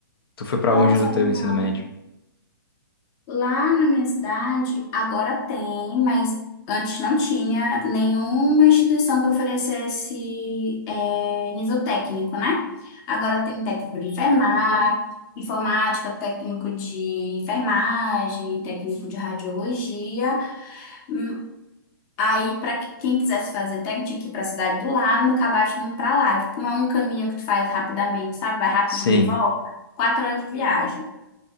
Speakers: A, on the left; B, on the left.
A: Tu foi pra
B: Nossa,
A: onde no teu
B: legal.
A: ensino médio?
B: Lá na minha cidade, agora tem, mas antes não tinha nenhuma instituição que oferecesse é, nível técnico, né? Agora tem técnico de enfermagem, informática, técnico de enfermagem, técnico de radiologia. Hum, Aí, para quem quisesse fazer técnico, tinha que ir para a cidade do lado, acabaste indo para lá. Tipo, Não é um caminho que tu faz rapidamente, sabe? Vai rapidinho
A: Sim.
B: e volta. Quatro horas de viagem.